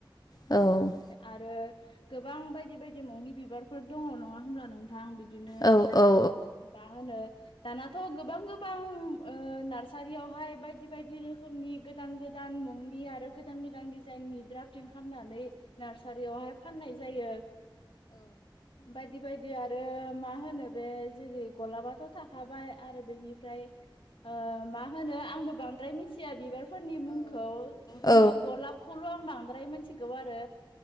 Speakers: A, on the left; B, on the left.
A: औ
B: आरो गोबां बायदि बायदि मुंनि बिबारफोर दङ नङा होमब्ला नों थां बिदिनो
A: औ औ
B: मा होनो दानाथ' गोबां गोबां नार्सारियावहाय बायदि बायदि रोखोमनि गोदान गो दान मुंनि आरो गोदान गोदान दिडिजाइननि द्राफटिं खामनानै नार्सारियावहाय फाननाय जायो। बायदि बायदि आरो मा होनो बे जेरै गलाबाथ' था खाबाय आरो बेनिफ्राय ओ मा होनो आंबो बांद्राय मिथिया बिबारफोरनि मुं खौ बिदिनो
A: औ
B: गलाबखौल' आं बांद्राय मिथिगौ आरो